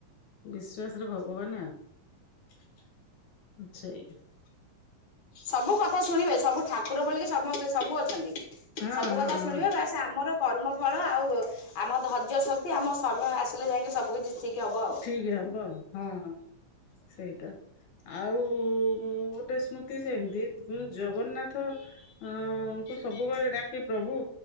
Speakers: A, on the left; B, on the left.
A: ବିଶ୍ଵାସରେ ଭଗବାନ ଆଉ। ମିଛେଇ।
B: ସବୁ କଥା ଶୁଣିବେ ସବୁ ଠାକୁର ବୋଲିକି ସମସ୍ତେ ସବୁ ଅଛନ୍ତି।
A: ହଁ
B: ସବୁ
A: ହଁ
B: କଥା ଶୁଣିବେ
A: ହଁ
B: ବାସ ଆମର। କର୍ମ ଫଳ ଆଉ ଆମ ଧୈର୍ଯ୍ୟ ଶକ୍ତି ଆମ ସମୟ ଆସିଲେ ଯାଇକି ସବୁ କିଛି ଠିକ ହବ ଆଉ।
A: ଠିକ ହବ ହଁ ହଁ ସେଇଟା ଆଉ ଗୋଟେ ସ୍ମୃତି ସେମିତି ଜଗନ୍ନାଥ ଅଁ ତାଙ୍କୁ ସବୁବେଳେ ଡାକେ ପ୍ରଭୁ